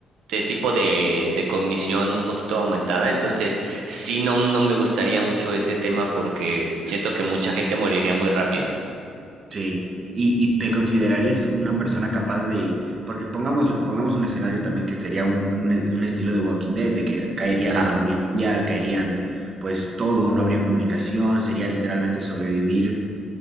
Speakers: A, on the right; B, on the right.
A: de tipo de, de cognición un poquito aumentada, entonces sí no, no me gustaría mucho ese tema porque siento que mucha gente moriría muy rápido.
B: Sí. ¿Y, y te considerarías una persona capaz de, porque pongamos, pongamos un escenario también que sería un, un- un estilo de Walking Dead, de que caería
A: Ajá.
B: la economía mundial, caerían pues todo, no habría comunicación, sería literalmente sobrevivir